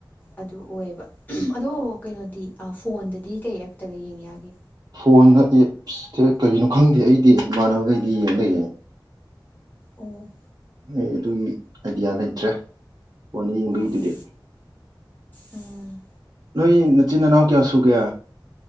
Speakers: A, on the left; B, on the right.
A: ꯑꯗꯨ ꯑꯣꯏꯌꯦꯕ ꯑꯗꯣ ꯀꯩꯅꯣꯗꯤ ꯐꯣꯟꯗꯗꯤ ꯀꯩ ꯑꯦꯞꯇꯒ ꯌꯦꯡꯉꯦ ꯌꯥꯒꯦ
B: ꯐꯣꯟꯅ ꯑꯦꯞꯁꯇꯦ ꯀꯔꯤꯅꯣ ꯈꯪꯗꯦ ꯑꯩꯗꯤ ꯏꯃꯥꯟꯅꯕꯈꯩꯗꯤ ꯌꯦꯡ ꯂꯩꯌꯦꯦ
A: ꯑꯣ
B: ꯑꯩ ꯑꯗꯨꯒꯤ ꯑꯥꯏꯗꯤꯌꯥ ꯂꯩꯇ꯭ꯔꯦ ꯐꯣꯟꯗ ꯌꯦꯡꯕꯒꯤꯗꯨꯗꯤ
A: ꯑꯣ ꯑꯣ ꯎꯝ
B: ꯅꯣꯏ ꯅꯆꯤꯟ ꯏꯅꯥꯎ ꯀꯌꯥ ꯁꯨꯒꯦ